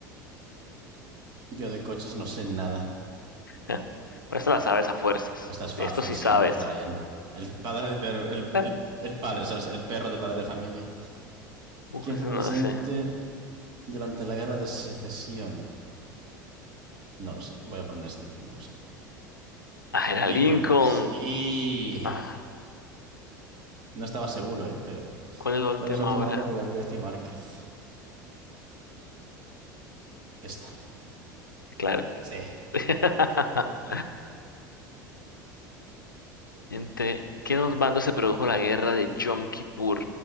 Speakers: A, on the right (about 45°); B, on the left (about 85°).
A: Yo de coches no sé nada.
B: Ah, pero esta la sabes a fuerzas.
A: Esta es fácil,
B: De Esto sí
A: sí,
B: sabes.
A: Brian. El padre de perro, el,
B: Ah.
A: el- el padre, ¿sabes? El perro de padre de familia.
B: Uf,
A: ¿Quién
B: esa
A: fue el presidente
B: no la sé.
A: durante la guerra de secesión? No lo sé. Voy a poner este, pero no lo sé.
B: Ah, era
A: Lincoln.
B: Lincoln.
A: Sí.
B: Ah,
A: No estaba seguro, ¿eh? Pero.
B: ¿cuál es la última
A: ¿Cuál es la última
B: hora?
A: obra de Gabriel García Márquez? Esta.
B: Claro.
A: Sí.
B: <laughs> ¿Entre qué dos bandos se produjo la guerra de Yom Kippur?